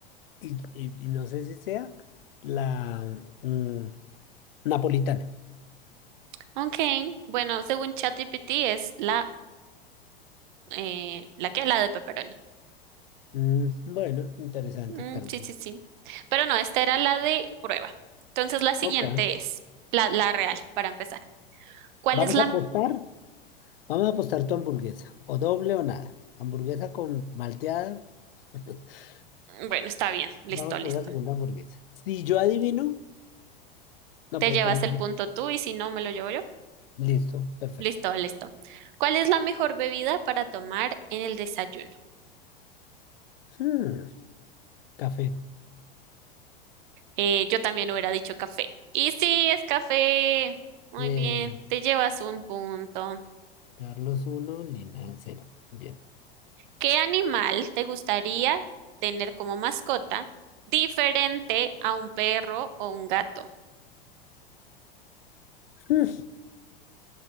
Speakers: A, on the left (about 75°); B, on the right (about 55°).
A: y, y- y no sé si sea, la mm, napolitana.
B: Ok, bueno, según ChatGPT es la, eh, ¿la que La de pepperoni.
A: Mm, bueno, interesante,
B: Mm,
A: perdí.
B: sí, sí, sí. Pero no, esta era la de prueba. Entonces, la siguiente
A: Ok,
B: es la, la real, para empezar. ¿Cuál
A: vamos
B: es la...?
A: a apostar.
B: mm,
A: Vamos a apostar tu hamburguesa, o doble o nada. Hamburguesa con malteada, <laughs>
B: Bueno, está bien, listo,
A: vamos
B: listo.
A: por la segunda hamburguesa. Si yo adivino, no,
B: Te
A: pero
B: llevas
A: como...
B: el punto tú y si no, me lo llevo yo.
A: Listo, perfecto.
B: Listo, listo. ¿Cuál es la mejor bebida para tomar en el desayuno?
A: Hmm, Café.
B: Eh, yo también hubiera dicho café. Y sí, es café. Muy
A: Bien.
B: bien, te llevas un punto.
A: Carlos uno, Lina cero. Bien.
B: ¿Qué animal te gustaría tener como mascota diferente a un perro o un gato?
A: Hmm,